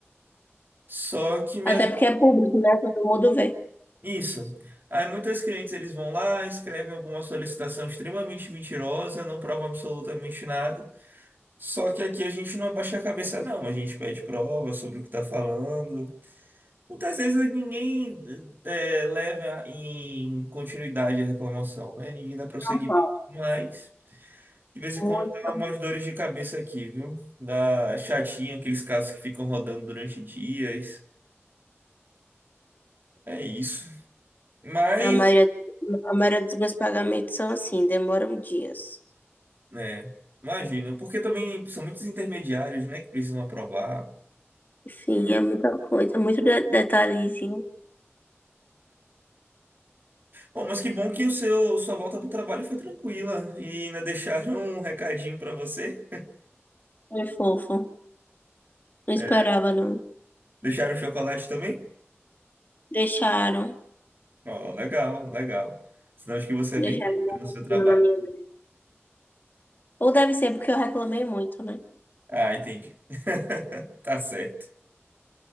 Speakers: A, on the right (about 45°); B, on the left (about 45°).
A: Só que me
B: até
A: ach...
B: porque é público, né? Todo mundo vê.
A: isso. Aí muitos clientes eles vão lá, escrevem alguma solicitação extremamente mentirosa, não provam absolutamente nada. Só que aqui a gente não abaixa a cabeça, não. A gente pede prova sobre o que está falando. Muitas vezes ninguém é, leva em continuidade a reclamação, né? Ninguém dá prosseguimento.
B: Normal,
A: Mas, de vez
B: muito
A: em quando, dá
B: normal.
A: umas dores de cabeça aqui, viu? Dá chatinho, aqueles casos que ficam rodando durante dias. É isso. Mas,
B: A maioria, a maioria dos meus pagamentos são assim, demoram dias.
A: né? Imagina, porque também são muitos intermediários, né, que precisam aprovar.
B: Sim, é muita coisa, muito de- detalhezinho.
A: Bom, mas que bom que o seu, sua volta para trabalho foi tranquila e ainda deixaram um recadinho para você.
B: Foi fofo. Não esperava,
A: É,
B: não.
A: Deixaram chocolate também?
B: Deixaram.
A: Ó, legal, legal. Sinal acho que você
B: Deixaram
A: é bem querido
B: bonitinho
A: no seu trabalho.
B: na minha mão. Ou deve ser porque eu reclamei muito, né?
A: Ah, entendi. <laughs> Tá certo.